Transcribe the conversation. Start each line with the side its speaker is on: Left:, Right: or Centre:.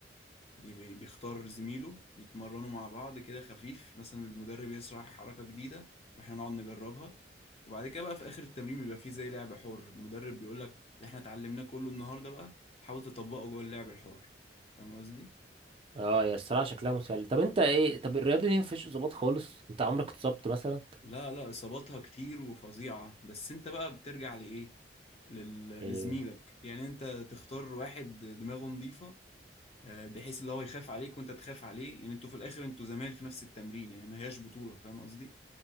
Left: بي- بي- بيختار زميله يتمرنوا مع بعض كده خفيف مثلا المدرب يشرح حركة جديدة واحنا نقعد نجربها وبعد كده بقى في آخر التمرين بيبقى فيه زي لعب حر المدرب بيقول لك اللي احنا اتعلمناه كله النهارده بقى حاول تطبقه جوه اللعب الحر فاهم قصدي؟
Right: اه يا الصراحه شكلها مسلي طب انت ايه طب الرياضه دي ما فيهاش اصابات خالص انت عمرك اتصبت مثلا
Left: لا لا إصاباتها كتير وفظيعة بس انت بقى بترجع لإيه؟ لل-
Right: ايه
Left: لزميلك يعني انت تختار واحد دماغه نظيفة آه، بحيث اللي هو يخاف عليك وانت تخاف عليه يعني انتوا في الاخر انتوا زمايل في نفس التمرين يعني ما هياش بطولة فاهم قصدي؟